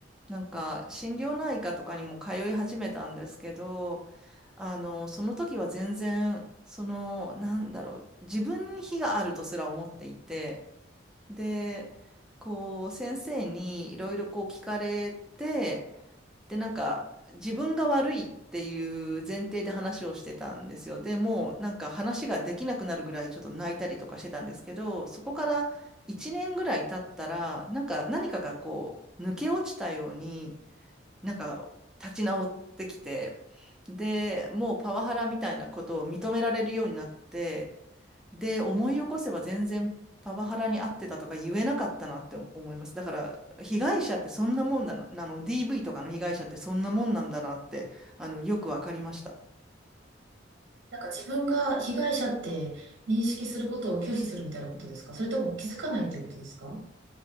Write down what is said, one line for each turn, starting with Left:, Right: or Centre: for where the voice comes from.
Centre: なんか心療内科とかにも通い始めたんですけど、あの、その時は全然、その、なんだろう、自分に非があるとすら思っていて、で、こう、先生にいろいろこう聞かれて、で、なんか、自分が悪いっていう前提で話をしてたんですよ。でもう、なんか話ができなくなるぐらいちょっと泣いたりとかしてたんですけど、そこから1年ぐらい経ったら、なんか何かがこう、抜け落ちたように、なんか立ち直ってきて、で、もうパワハラみたいなことを認められるようになって、で、思い起こせば全然パワハラに遭ってたとか言えなかったなって思います。だから、被害者ってそんなもんだな、あの、DV とかの被害者ってそんなもんなんだなって、あの、よくわかりました。
Right: なんか自分が被害者って認識することを拒否するみたいなことですかそれとも気づかないっていうことですか